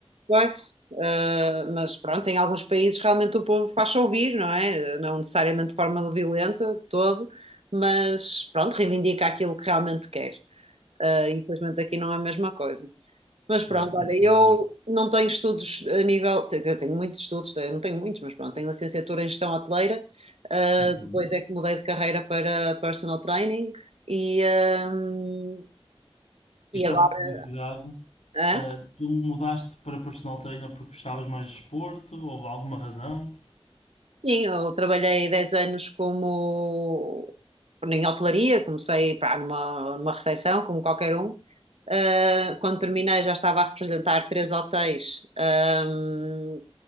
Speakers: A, on the right; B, on the left.
A: Pois, eh, mas pronto, em alguns países realmente o povo faz-se ouvir, não é? Não necessariamente de forma violenta de todo, mas pronto, reivindica aquilo que realmente quer. Eh, infelizmente aqui não é a mesma coisa. Mas pronto,
B: é? É,
A: olha,
B: infelizmente.
A: eu não tenho estudos a nível, te- eu tenho muitos estudos, eu não tenho muitos, mas pronto, tenho licenciatura em gestão hoteleira, eh,
B: Muito
A: depois
B: bem.
A: é que mudei de carreira para personal training e, ehm, e
B: E só
A: agora.
B: por curiosidade,
A: hã?
B: ah, tu mudaste para personal trainer porque gostavas mais de desporto ou alguma razão?
A: Sim, eu trabalhei 10 anos como em hotelaria, comecei pá, numa, numa recepção, como qualquer um. Ah, quando terminei já estava a representar três hotéis, ahm,